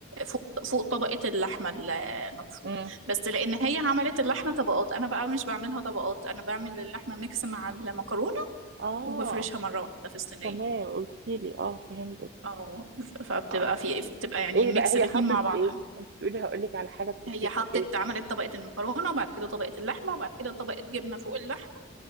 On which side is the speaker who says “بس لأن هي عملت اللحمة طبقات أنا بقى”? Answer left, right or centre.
Right